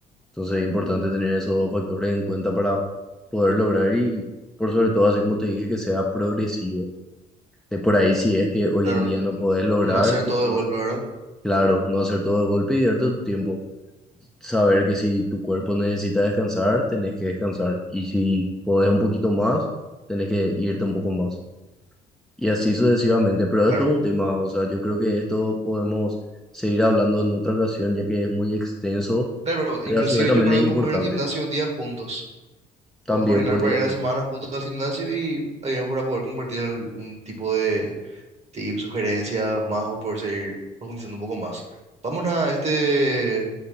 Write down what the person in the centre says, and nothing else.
Entonces es importante tener esos dos factores en cuenta para poder lograr y por sobre todo, así como te dije, que sea progresivo. De por ahí si es que hoy
en día no podés lograr,
tipo,
claro, no hacer todo de golpe y darte tu tiempo saber que si tu cuerpo necesita descansar, tenés que descansar. Y si podés un poquito más, tenés que irte un poco más. Y así sucesivamente. Pero
esto es un tema, o sea, yo creo que esto podemos seguir hablando en otra ocasión, ya que es muy extenso,
pero
a su vez también
es
importante.
También
podría
ser.